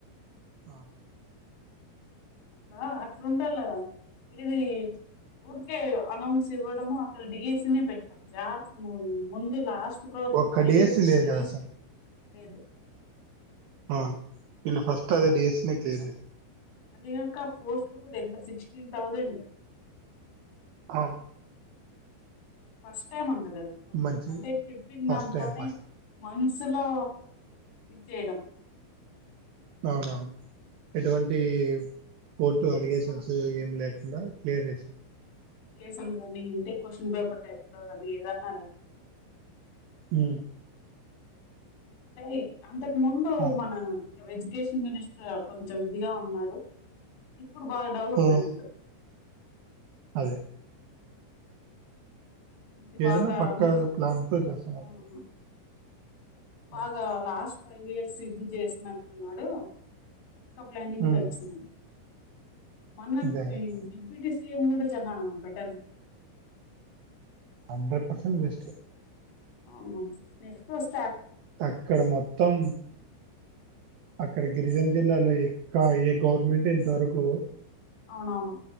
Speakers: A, on the right; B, on the left.
A: ఆ
B: అట్లా అట్లుండలేన్న ఇది ఊరికే అనౌన్స్ ఇవ్వడం అక్కడ డీఎస్సీ నే బెటర్ ఆ జా నువ్వు ముందే లాస్ట్ ర్వాత
A: ఒక్క
B: ఫైవ్
A: డిఎస్సి
B: ఇయర్స్ లో
A: లేదు
B: డీఎస్పీ
A: కదా అసలు
B: లేేదు
A: అవును వీళ్ళు ఫస్ట్ అదే డీఎస్సీ నే క్లియర్ చేసి
B: అధికాక పోస్టులు చూడు ఎంత సిక్స్టీన్ థౌజండ్
A: ఆ
B: ఫస్ట్ టైమ్ అన్ ట కదా
A: మంచి
B: అంటే చెప్పిన్
A: ఫస్ట్
B: దాంట్లోనే
A: టైం ఫస్ట్ టైం
B: మంత్స్లో ఇద్జేయడం
A: అవునవ్ ఎటువంటి కోర్టు అలిగేషన్స్
B: ఆ
A: ఏం లేకుండా క్లియర్ చేస్
B: <unintelligible> మన ఇంటే క్వశ్చన్ పేపర్ టైప్ అది ఏదన్నా గని
A: హ్
B: ఏయ్ అంత ముందు
A: అదే
B: మన వెజ్ ఎకేషన్ మినిస్టర్ కొంచం ఇదిగా ఉన్నాడు. ఇప్పుడు బాగా డవలప్
A: ఉమ్
B: అయినాడు
A: అదే
B: ఇది
A: ఏదైనా
B: బాగా
A: పక్కా
B: అన్ని
A: ప్లాన్ తో చేస్తున్నారు
B: అవునవును. బాగా
A: ఉమ్
B: లాస్ట్ ఫైవ్ ఇయర్స్ ఇది చేసినట్లున్నాడు. పక్క ప్లానింగ్తో
A: ఉమ్,
B: వచ్చినారు మనకి
A: అదే కదా
B: డిప్యూటీ సిఎం గూడా <inaudible> బెటర్
A: హండ్రెడ్ పర్సెంట్ బెస్ట్
B: అవునవును నెక్స్ట్ వస్
A: అక్కడ మొత్తం అక్కడ గిరిజన జిల్లాలో ఏ ఇంకా ఏ గవర్నమెంట్ ఇంతవరకు
B: అవునవును.